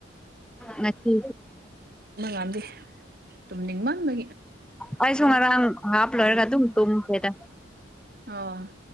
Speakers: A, in the centre; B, on the right.
A: ꯅꯁꯨ
B: ꯀꯗꯤ ꯇꯨ ꯅꯤꯡꯃꯥꯟ ꯃ
A: ꯑꯥꯏꯁꯨꯨꯃꯔ ꯍꯥꯐ ꯂꯔꯒ ꯊꯨꯡ ꯇꯣꯦ
B: ꯑ